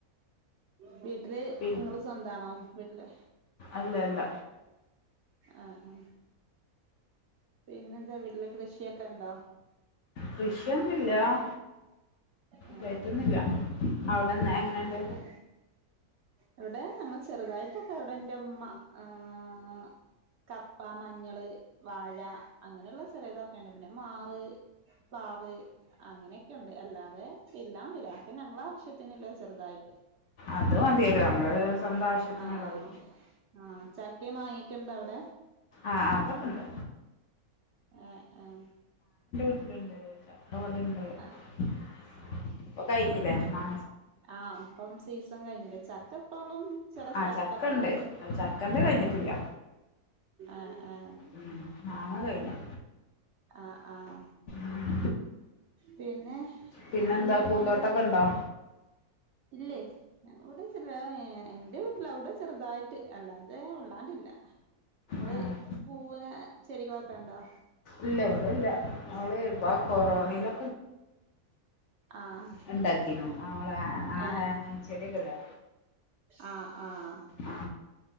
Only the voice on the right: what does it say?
പി വീട്ടില്
നിങ്ങള് സ്വന്താണോ വീട്ടില്
ആഹ ആഹ പിന്നെ എന്താ വീട്ടിലേക്ക് കൃഷിയൊക്കെ ഉണ്ടോ
ആഹ ആ
ആഹ ആ ഇവിടെ ഞങ്ങൾ ചെറുതായിട്ടൊക്കെ എവിടെ എന്റെമ്മ ആഹ കപ്പ, മഞ്ഞള്, വാഴ, അങ്ങനെയുള്ള ചെറ ഇതൊക്കണ്ട് പിന്നെ മാവ്- പാവ് അങ്ങനെയൊക്കെ ഉണ്ട് അല്ലാതെ ഇല്ലാണ്ടില്ലപ്പെ ഞങ്ങള ആവശ്യത്തിന്ല്ലേ ചെറുതായിട്ട്
ആഹ ആഹ ചക്കേ വാങ്ങിയക്കെണ്ട അവിടെ
ആഹ ആഹ
ആ
ആഹ ഇപ്പം സീസൺ കഴിഞ്ഞില്ല ചക്കപ്പളും ചെില
സ്ഥലത്തൊക്കെ
ഉണ്ട്
ആഹ ആഹ ആ
ആ ആഹ
പിന്നെ
എന്തൊക്കെയണ്ട്
ഇല്ലേ ഞവിടെ ചെറ എന്റെ വീട്ടില അവിടെ ചെറുതായിട്ട് അല്ലാതെ ഉള്ളാണ്ടില്ല നിങ്ങള്
പൂവിനെ ചെടികളൊക്കെ ഉണ്ടോ
ആഹ
ഏ
ആഹ ആഹ